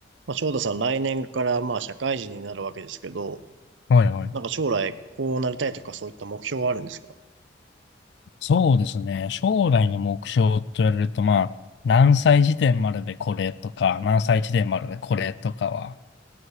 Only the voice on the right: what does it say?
まあ、翔太さん、来年からまあ社会人になるわけですけど、
なんか将来こうなりたいとかそういった目標はあるんですか